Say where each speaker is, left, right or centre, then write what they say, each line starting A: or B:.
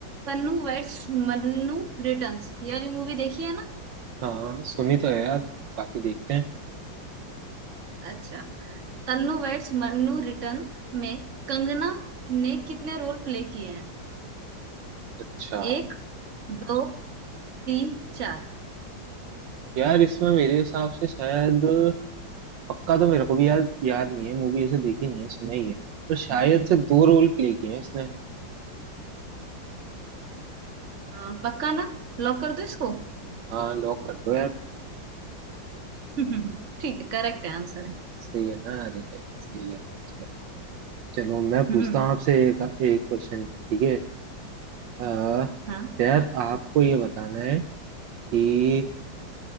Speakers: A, on the right; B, on the right.
A: पन्नू वेड्स मन्नू रिटर्न्स ये वाली मूवी देखी है ना
B: हाँ सुनी तो है यार बाकी देखते हैं
A: अच्छा तन्नू वेड्स मन्नू रिटर्न में कंगना ने कितने रोल प्ले किए हैं
B: अच्छा
A: एक दो तीन चार
B: यार इसमें मेरे हिसाब से शायद पक्का तो मेरे को भी याद याद नहीं है मूवी ऐसे देखी नहीं है सुना ही है पर शायद से दो रोल प्ले किए हैं इसने
A: हाँ, पक्का ना लॉक कर दो इसको
B: हाँ लॉक कर दो यार
A: <laughs> ठीक है करेक्ट है आंसर है
B: सही है ना अरे सही है चलो चलो मैं पूछता
A: हम्म,
B: हूँ आपसे एक एक क्वेश्चन ठीक है अह,
A: हाँ
B: यार आपको ये बताना है कि